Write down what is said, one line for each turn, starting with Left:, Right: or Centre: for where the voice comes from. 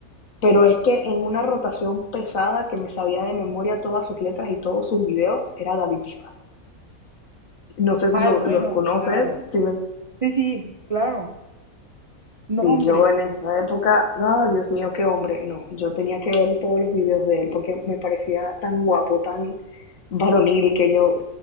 Left: pero es que en una rotación pesada que me sabía de memoria todas sus letras y todos sus videos, era David Bisbal. No sé si
Right: Ay,
Left: lo-
Right: bueno,
Left: los conoces,
Right: claro.
Left: si lo-
Right: Sí, sí, claro. No,
Left: Sí,
Right: hombre,
Left: yo en esa época, ah, Dios mío, qué hombre. No, yo tenía que ver todos los videos de él porque me parecía tan guapo, tan varonil que yo,